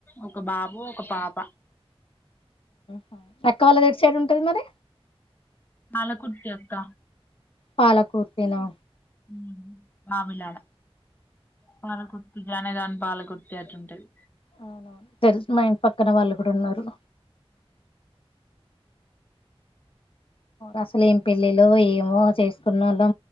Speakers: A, on the left; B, on the left.
A: ఒక బాబు ఒక పాప
B: హు అక్క వాళ్ళది ఎటు సైడ్ ఉంటది మరి
A: పాలకుర్తి అక్క
B: పాలకుర్తి నా
A: ఉ వావిలాల పాలకుర్తి జనగం, పాలకుర్తి అటు ఉంటది
B: అవున తెలుసు మా ఇంటి పక్కన వాళ్ళు కూడా ఉన్నారు అసలు ఏం పెళ్ళిలో ఏంమో మ చేసుకున్న వాళ్ళ